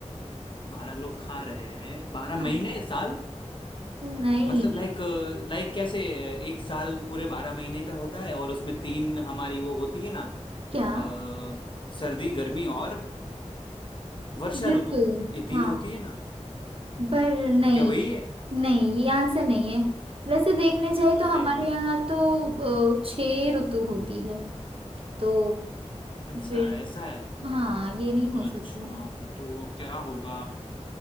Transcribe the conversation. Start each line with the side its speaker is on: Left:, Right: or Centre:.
Left: बारह लोग खा रहे हैं बारह
Right: हाँ
Left: महीने साल
Right: नहीं
Left: मतलब लाइक लाइक कैसे अ, एक साल पूरे बारह महीने का होता है और उसमें तीन हमारी वो होती है ना
Right: क्या
Left: अ, सर्दी गर्मी और अ, वर्षा
Right: ऋतु
Left: ऋतु ये तीन
Right: हाँ
Left: होती है ना
Right: पर नहीं
Left: क्या वही है
Right: नहीं ये आंसर नहीं है वैसे देखने जाए
Left: अरे
Right: तो हमारे
Left: यार
Right: यहाँ तो अ, छह ऋतु होती है तो
Left: अच्छा
Right: फिर
Left: ऐसा है
Right: हाँ ये नहीं हो
Left: अच्छा
Right: सकता
Left: तो वो क्या होगा